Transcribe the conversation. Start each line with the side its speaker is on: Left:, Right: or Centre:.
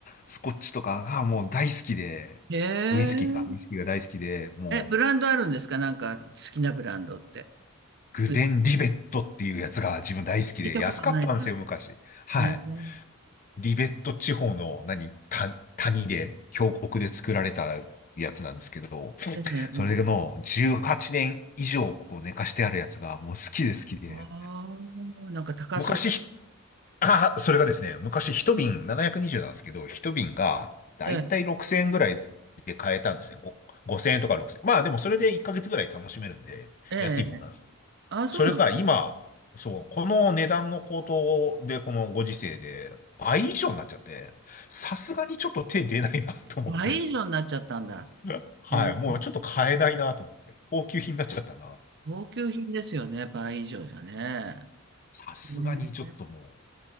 Left: スコッチとかがもう大好きで、
Right: へえ。
Left: ウイスキーか、ウイスキーが大好きで、もう、
Right: え、ブランドあるんですかなんか好きなブランドって。
Left: グレン・
Right: うん、聞
Left: リベットっていうやつが自分大好きで、
Right: いたことないな。
Left: 安かったんですよ、昔。はい。
Right: ねね
Left: リベット地方の、何、た、谷で、峡谷で作られたやつなんですけど、
Right: えええ。
Left: それの18年以上こう寝かしてあるやつがもう好きで好きで。
Right: ええああ、なんか高そうです。
Left: 昔ひ、あ、それがですね、昔一瓶720なひゃくにじゅうなんですけど、一瓶がだいたい6000円ぐらいで買えたんですね。
Right: ええ。
Left: ご5000円とか6000円。まあでもそれで1ヶ月ぐらい楽しめるんで、
Right: ええ。
Left: 安いもんなんです。
Right: ああ、そうなの。
Left: それが今、そう、この値段の高騰で、このご時世で倍以上になっちゃって、さすがにちょっと手出ないなと思って。
Right: 倍以上になっちゃったんだ。
Left: <laughs> はい、
Right: ええ。
Left: もうちょっと買えないなと思って。高級品になっちゃったな
Right: 高級品ですよね。倍以上じゃね。
Left: さすがにちょっともう。
Right: ね
Left: っ